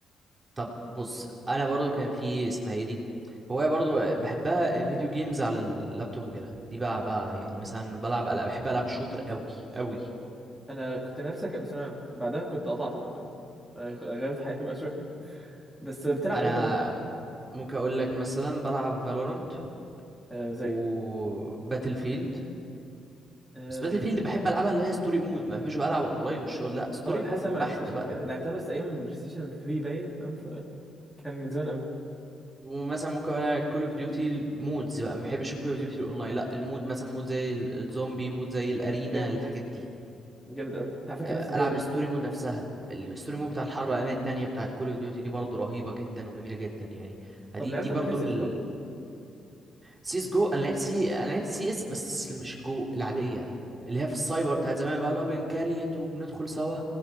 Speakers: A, on the right; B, in the centre.
A: طب بص انا برضو كان في اسمها ايه دي هواية برضو بحبها فيديو جيمز على اللابتوب وكده دي بقى بقى يعني مثلا بلعب ألعاب بحب ألعاب الشوتر قوي قوي
B: انا كنت نفسي ابقى ثانوي عام بعدها كنت قطعت بقى فاهم آه، غيرت حياتي بقى شوية بس بتلعب
A: انا
B: ايه طيب
A: م- ممكن اقول لك مثلا بلعب فالورانت
B: آه زي
A: وباتل فيلد
B: اه
A: بس باتل فيلد بحب العبها اللي هي ستوري مود ما بحبش بقى العب اونلاين والشغل لا ستوري
B: آه، انا
A: مود
B: حاسس أنا
A: بحت
B: ما لعبتهاش
A: بقى
B: قبل كده لعبتها بس ايام بلاي ستيشن 3 باين فاهم فكان من زمان قوي
A: ومثلا ممكن اقول كول اوف ديوتي مودز بقى ما بحبش كول اوف ديوتي الاونلاين لا المود مثلا مود زي ال- الزومبي مود زي الارينا
B: جامد
A: الحاجات دي
B: جامد قوي انت على فكره
A: آه،
B: نفس الجو
A: العب
B: بالظبط
A: الستوري مود نفسها الستوري مود بتاع الحرب العالميه التانية بتاعت كول اوف ديوتي دي برضه رهيبه جدا وجميله جدا يعني دي
B: طب لعبت
A: دي برضه
B: قبل كده سي
A: من
B: اس جو؟
A: سيس جو انا لعبت سي انا لعبت سي اس بس مش جو العاديه اللي هي في السايبر بتاعت زمان بقى اللي هو بنكريت وبندخل سوا